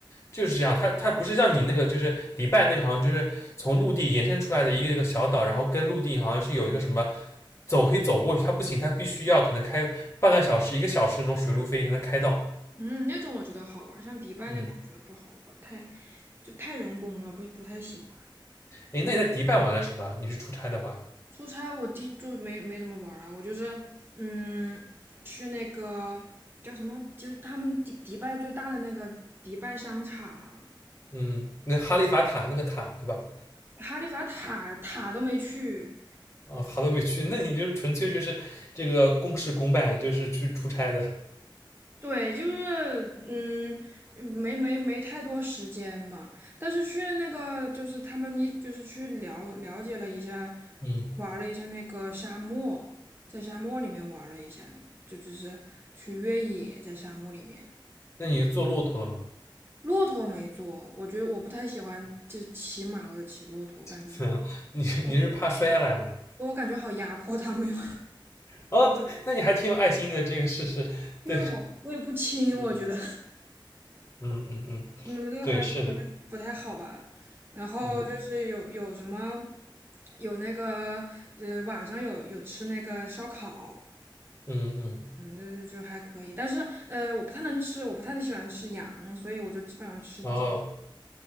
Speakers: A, on the left (about 35°); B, on the right (about 25°).
A: 就是这样，它它不是像你那个，就是迪拜那个，好像就是从陆地延伸出来的一个一个小岛，然后跟陆地好像是有一个什么走可以走过去，它不行，它必须要可能开半个小时、一个小时那种水路飞才能开到。
B: 嗯，那种我觉得好玩儿，像迪拜那个我觉得不好玩儿，
A: 嗯，
B: 太就太人工了，不不太喜欢。
A: 哎，那你在迪拜玩了什么？你是出差的话，
B: 出差我弟就没没怎么玩儿啊，我就是嗯去那个叫什么，就是他们迪迪拜最大的那个迪拜商场，
A: 嗯，那哈利法塔那个塔对吧？
B: 哈利法塔塔都没去，
A: 啊、塔都没去，<laughs> 那你就纯粹就是这个公事公办，就是去出差的。
B: 对，就是嗯，没没没太多时间嘛，但是去那个就是他们一就是去了了解了一下，
A: 嗯，
B: 玩了一下那个沙漠，在沙漠里面玩了一下，就就是去越野在沙漠里面，
A: 那你坐骆驼了吗？
B: 骆驼没坐，我觉得我不太喜欢就是骑马或者骑骆驼，我感觉
A: <laughs> 你你是怕摔下来吗？
B: 哦我感觉好压迫他们哟，
A: 哦，对，那你还挺有爱心的，这个事是，
B: <laughs> 因为我我也不轻，
A: 对，
B: 我觉得。
A: 嗯嗯嗯，
B: 嗯，这个还不是不太好吧？
A: 对，是的，
B: 然后就是有有什么，
A: 嗯
B: 有那个呃晚上有有吃那个烧烤，
A: 嗯嗯，
B: 嗯，就是就还可以。但是呃，我不太能吃，我不太喜欢吃羊，所以我就基本上吃鸡。
A: 然后